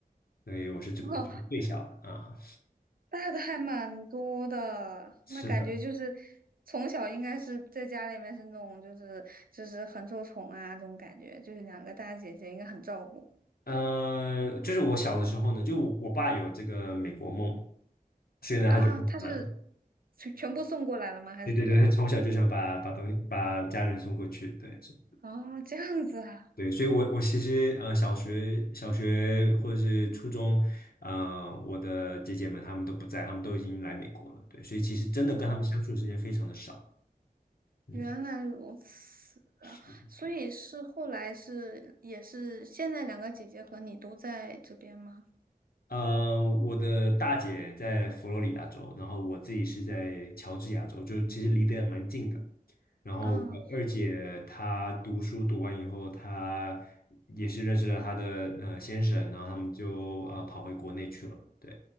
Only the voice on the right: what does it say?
哦。大的还蛮多的，
那感觉就是从小应该是在家里面是那种就是就是很受宠啊这种感觉，就是两个大姐姐应该很照顾
啊。她是全全部送过来了吗？还是怎么的？
啊，这样子啊，
哦，
原来如此啊，
所以是后来是也是现在两个姐姐和你都在这边吗？
啊，